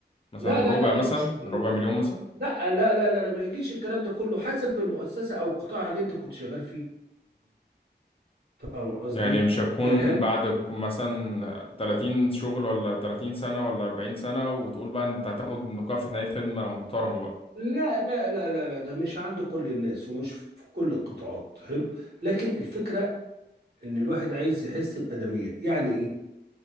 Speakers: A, on the left; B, on the right.
A: مثلا
B: لا لا
A: ربع
B: لا لا
A: مثلا
B: مش كبير
A: ربع مليون مثلا
B: لا لا لا لا لا، ما يجيش الكلام ده كله حسب المؤسسة أو القطاع اللي أنت كنت شغال فيه فاهم قصدي؟
A: يعني مش هتكون
B: يعني هل
A: بعد ك- مثلا 30 شغل ولا 30 سنة ولا 40 سنة وتقول بقى انت هتاخد مكافأة نهاية خدمة محترمة بقى
B: لا لا لا لا لا ده مش عند كل الناس ومش في كل القطاعات حلو لكن الفكرة إن الواحد عايز يحس بأدمية يعني إيه؟